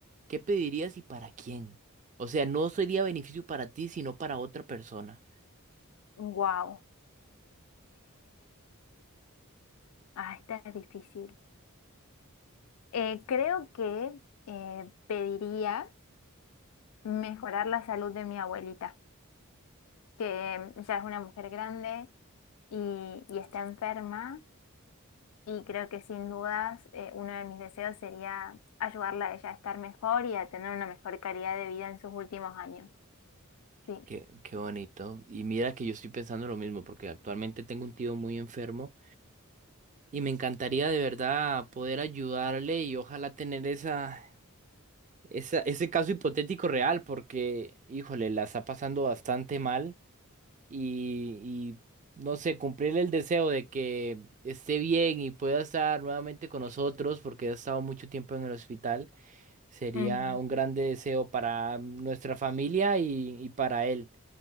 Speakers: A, on the right; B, on the left.
A: ¿Qué pedirías y para quién? O sea, no sería beneficio para ti, sino para otra persona.
B: wow. ah, esta es difícil. Eh, creo que eh, pediría... mejorar la salud de mi abuelita, que ya es una mujer grande y, y está enferma. Y creo que sin dudas eh, uno de mis deseos sería ayudarla a ella a estar mejor y a tener una mejor calidad de vida en sus últimos años. Sí.
A: Qué, qué bonito. Y mira que yo estoy pensando lo mismo, porque actualmente tengo un tío muy enfermo. Y me encantaría de verdad poder ayudarle y ojalá tener esa, esa, ese caso hipotético real, porque, híjole, la está pasando bastante mal y, y, no sé, cumplirle el deseo de que esté bien y pueda estar nuevamente con nosotros, porque ha estado mucho tiempo en el hospital, sería
B: Mm,
A: un grande deseo para nuestra familia y, y para él.